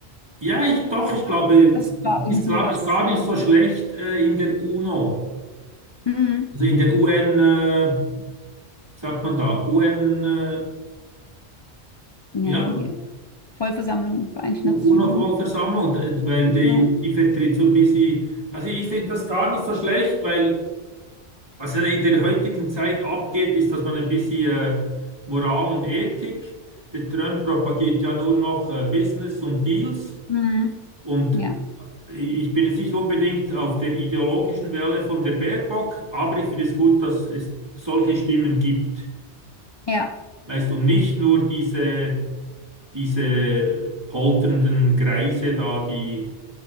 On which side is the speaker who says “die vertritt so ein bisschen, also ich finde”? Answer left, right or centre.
Right